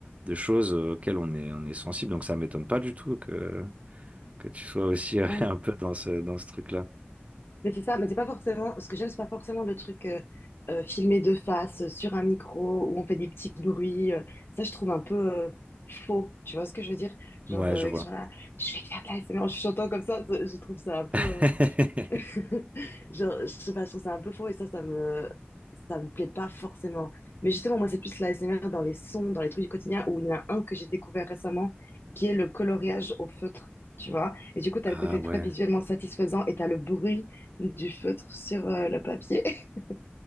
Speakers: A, on the right; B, on the left.
A: de choses auxquelles on est, on est sensible. Donc ça m'étonne pas du tout que, que tu sois aussi euh,
B: ouais.
A: <laughs> un peu dans ce, dans ce truc-là.
B: Mais c'est ça, mais c'est pas forcément, ce que j'aime, c'est pas forcément le truc euh, euh, filmé de face, euh, sur un micro, où on fait des petits bruits. euh, ça, je trouve un peu euh, faux. Tu vois ce que je veux dire?
A: Ouais,
B: Genre, euh,
A: je vois.
B: ils sont là, je vais te faire de l'ASMR en chuchotant comme ça, ça, je trouve ça un peu.
A: <laughs>
B: euh, <laughs> Genre, je sais pas, je trouve ça un peu faux et ça, ça me, ça me plaît pas forcément. Mais justement, moi, c'est plus la S M R dans les sons, dans les trucs du quotidien, où il y en a un que j'ai découvert récemment, qui est le coloriage au feutre, tu vois. Et du coup, t'as
A: Ah
B: le côté
A: ouais.
B: très visuellement satisfaisant et t'as le bruit du feutre sur euh, le papier. <laughs>